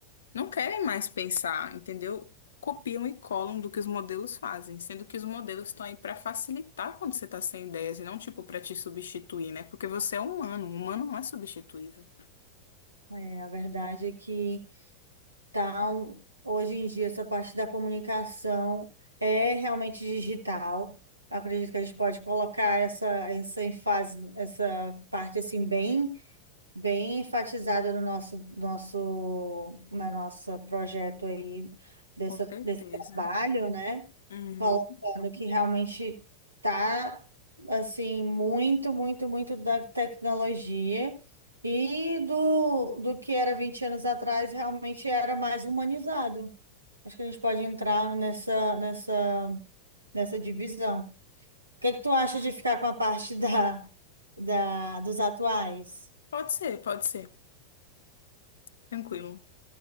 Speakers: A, on the left; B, on the right.
A: Não querem mais pensar, entendeu? Copiam e colam do que os modelos fazem, sendo que os modelos estão aí para facilitar quando você está sem ideias e não tipo para te substituir, né? Porque você é humano, o humano não é substituível.
B: É, a verdade é que tá, um- hoje em dia essa parte da comunicação é realmente digital. Eu acredito que a gente pode colocar essa, essa ênfase, essa parte assim bem bem enfatizado no nosso nosso na nossa projeto aí dessa,
A: Com certeza.
B: desse trabalho, né?
A: Uhum.
B: Colocando que realmente tá assim muito, muito, muito da tecnologia e do, do que era 20 anos atrás realmente era mais humanizado. Acho que a gente pode entrar nessa nessa nessa divisão. O que que tu acha de ficar com a parte da, da dos atuais?
A: Pode ser, pode ser. Tranquilo.